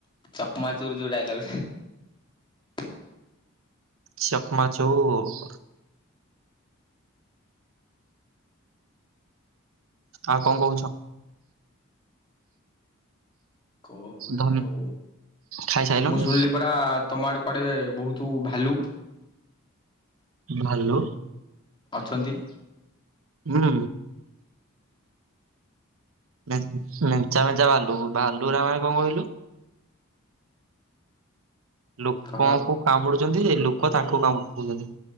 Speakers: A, on the left; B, on the right.
A: ଚକମା ତୁ ଯୋଉ ଡାଇଲଗ୍ ଟା
B: ଚକମା ଚୁର୍। ଆଉ କଣ କହୁଚ?
A: କଁ ହଉଚି
B: ଧନ
A: ଆଉ
B: ଖାଇସାଇଲଣି?
A: ମୁଁ ଶୁଣିଲି ପରା ତମ ଆଡେ କୁଆଡେ ବହୁତୁ ଭାଲୁ।
B: ଭାଲୁ
A: ଅଛନ୍ତି
B: ହୁଁ। ମେଁ ମେଞ୍ଚା ମେଞ୍ଚା ଭାଲୁ ଭାଲୁ ଗୁରା ମାନେ କଣ କହିଲୁ? ଲୋକଙ୍କୁ
A: କହ।
B: କାମୁଡୁ ଜଦିଯେ ଲୋକ ତାଙ୍କୁ କାମୁଡ଼ିପଉଚନ୍ତି।